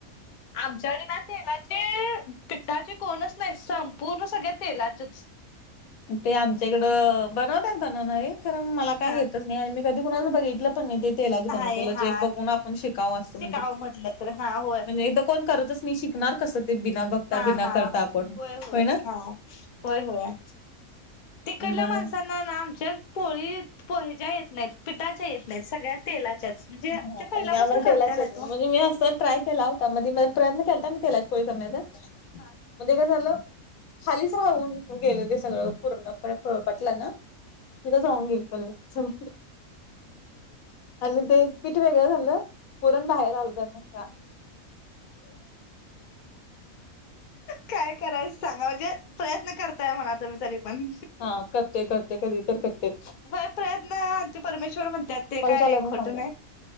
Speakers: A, on the left (about 50°); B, on the left (about 75°).
A: आमच्याकडे ना तेलाचे पिठाचे कोणच नाही संपूर्ण सगळे तेलाचेच
B: ते आमच्याकडं बनवतात बनवणारी खर मला काय
A: हा
B: येतच नाही आणि कधी कुणाच बघितलं पण नाही ते तेलाच
A: नाही
B: बनवतेल
A: हा
B: जे बघून आपण शिकाव अस म्हणजे
A: शिकाव म्हटलं तर हा होय
B: म्हणजे इथ कोण करतच नाही पिकणार कसं ते बिना बघता
A: हा
B: बिना
A: हा
B: करता आपण
A: होय होय
B: ना
A: हा होय होय तिकडल्या
B: मग
A: माणसांना ना ना आमच्या पोळी हेच्या येत नाहीत पिठाच्या येत नाहीत सगळ्या तेलाच्याच म्हणजे
B: हा
A: ते पहिल्यापासून
B: आणि आम्हाला
A: करत्यालत
B: तेलाच्या येत नाही
A: ओ.
B: म्हणजे मी असं ट्राय केला होता मधी प्रयत्न केलता मी तेलाची पोळी करण्याचा
A: हा.
B: पण ते काय झालं खालीच राऊन गेल ते सगळं पूर्णपणे पोळपाटला ना तिथंच राहून गेल चल आणि ते पीठ वेगळं झालं पुरण बाहेर आल त्यातनं
A: काय करायच सांगा म्हणजे प्रयत्न करताय म्हणा तुम्ही तरी पण
B: हा करते करते कधी तर करते
A: व्हय प्रयत्नार्थी परमेश्वर म्हणत्यात ते
B: कॉल
A: काय
B: चालू आहे म्हणून
A: खोट
B: सांगते
A: नाही